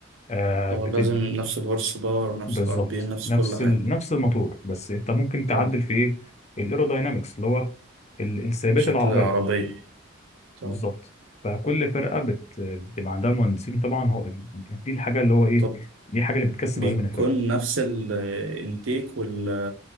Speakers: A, on the left; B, on the right.
A: آه
B: هو
A: بتبقى
B: لازم نفس الهورس باور نفس
A: بالظبط
B: الار بي ام نفس
A: نفس
B: كل حاجة
A: ال... نفس الموتور بس انت ممكن تعدل
B: اه
A: في ايه الايروداينامكس اللي هو ال- انسيابيه
B: شكل
A: العربيه
B: العربية طب
A: بالظبط فكل فرقه بت... بتبقى عندها مهندسين طبعا هو دي الحاجه اللي هو ايه
B: طب
A: دي الحاجه اللي بتكسب
B: بيكون
A: غالبا الفرقه
B: نفس الانتيك وال